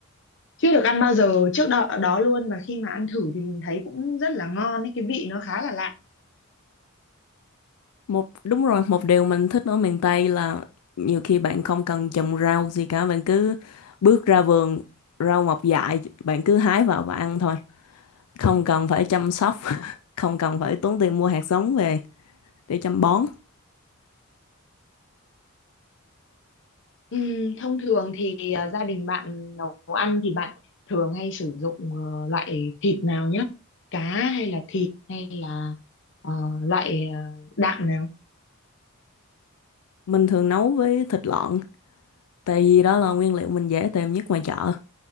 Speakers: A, on the left; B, on the left.
A: chưa được ăn bao giờ trước đó, đó luôn và khi mà ăn thử thì mình thấy cũng rất là ngon ấy cái vị nó khá là lạ
B: Một đúng rồi, một điều mình thích ở miền Tây là nhiều khi bạn không cần trồng rau gì cả, bạn cứ bước ra vườn, rau mọc dại, bạn cứ hái vào và ăn thôi. Không cần phải chăm sóc, <laughs> không cần phải tốn tiền mua hạt giống về để chăm bón.
A: Ừm, thông thường thì à, gia đình bạn nấu ăn thì bạn thường hay sử dụng ờ, loại thịt nào nhất? Cá hay là thịt hay là ờ, loại ờ, đạm nào?
B: Mình thường nấu với thịt lợn tại vì đó là nguyên liệu mình dễ tìm nhất ngoài chợ